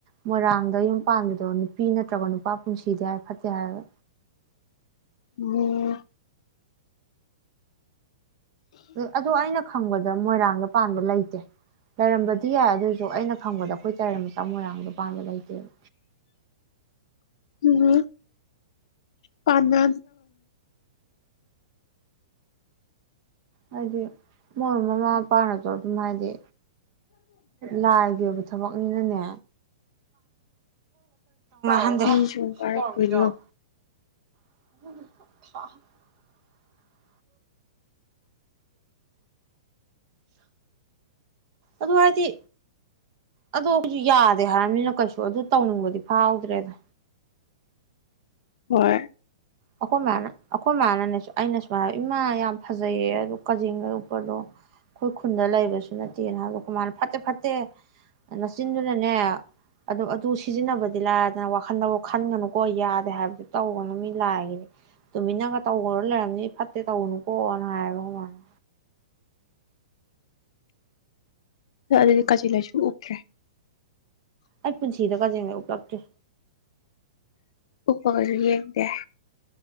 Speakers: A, on the right (about 40°); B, on the left (about 60°).
A: ꯃꯣꯏꯔꯥꯡꯗ ꯌꯨꯝ ꯄꯥꯟꯕꯗꯣ ꯅꯨꯄꯤ ꯅꯠꯇ꯭ꯔꯒ ꯅꯨꯄꯥ ꯄꯨꯟꯁꯤꯗꯤ ꯍꯥꯏ ꯐꯠꯇꯦ ꯍꯥꯏꯕ
B: ꯑꯣꯝ
A: ꯑꯗꯨ ꯑꯩꯅ ꯈꯪꯕꯗ ꯗ ꯃꯣꯏꯔꯥꯡꯗ ꯄꯥꯟꯕ ꯂꯩꯇꯦ ꯂꯩꯔꯝꯕꯗꯤ ꯌꯥꯏ ꯑꯗꯨꯏꯁꯨ ꯑꯩꯅ ꯈꯪꯕꯗ ꯑꯩꯈꯣꯏ ꯆꯥꯏꯔꯃꯤꯆꯥ ꯃꯣꯏꯔꯥꯡꯗ ꯄꯥꯟꯕ ꯂꯩꯇꯦꯕ
B: ꯎꯝ ꯄꯅ
A: ꯍꯥꯏꯗꯤ ꯃꯣꯏ ꯃꯃꯥ ꯃꯄꯥꯅꯁꯨ ꯑꯗꯨꯝ ꯍꯥꯏꯗꯤ ꯂꯒꯤꯦꯕ ꯊꯕꯛꯅꯤꯅꯅꯦ ꯍꯟꯦ
B: ꯐꯤ ꯁꯨꯝ ꯀꯥꯔꯛꯇꯣꯏꯅꯦ
A: ꯇꯧ ꯎ ꯑꯗꯨ ꯍꯥꯏꯗꯤ ꯑꯗꯨ ꯑꯩꯈꯣꯏꯁꯨ ꯌꯥꯗꯦ ꯍꯥꯏꯔꯕꯝꯅꯤꯅ ꯀꯩꯁꯨ ꯑꯗꯨ ꯇꯧꯅꯤꯡꯕꯗꯤ ꯐꯥꯎꯗ꯭ꯔꯦꯗ
B: ꯍꯣꯏ
A: ꯑꯩꯈꯣꯏꯃꯅ ꯑꯩꯈꯣꯏ ꯏ ꯃꯃꯅꯅꯦꯁꯨ ꯑꯩꯅ ꯁꯨ ꯍꯥꯏ ꯏꯃꯥ ꯌꯥꯝ ꯐꯖꯩꯌꯦ ꯑꯗꯨ ꯀꯥꯖꯤꯤꯡꯒ ꯎꯛꯄꯗꯣ ꯑꯩꯈꯣꯏ ꯈꯨꯟꯗ ꯂꯩꯕꯁꯨ ꯅꯠꯇꯦꯅ ꯍꯥꯏꯕ ꯈꯨꯨꯃꯔ ꯐꯠꯇꯦ ꯐꯠꯇꯦ ꯅꯆꯤꯟꯗꯨꯅꯅꯦ ꯑꯗꯨ ꯑꯗꯨ ꯁꯤꯖꯤꯟꯅꯕꯗꯤꯂꯗꯅ ꯋꯥꯈꯜꯗ ꯈꯟꯒꯅꯨꯀꯣ ꯌꯥꯗꯦ ꯍꯥꯏꯕꯗꯤ ꯇꯧꯒꯅꯨ ꯃꯤꯅ ꯂꯥꯛꯈꯤꯅꯦ ꯇꯨꯃꯤꯟꯅꯒ ꯇꯧꯈ꯭ꯔ ꯂꯩꯔꯕꯝꯅꯤ ꯐꯠꯇꯦ ꯇꯧꯅꯨꯀꯣꯅ ꯍꯥꯏꯌꯦꯕ ꯃꯥꯅ
B: ꯅꯪ ꯑꯗꯨꯗꯤ ꯀꯖꯦꯡ ꯂꯩꯁꯨ ꯎꯞꯇ꯭ꯔꯦ
A: ꯑꯩ ꯄꯨꯟꯁꯤꯗ ꯀꯖꯦꯡꯂꯩ ꯎꯄꯛꯇ꯭ꯔꯤ
B: ꯎꯞꯄꯒꯁꯨ ꯌꯦꯡꯗꯦ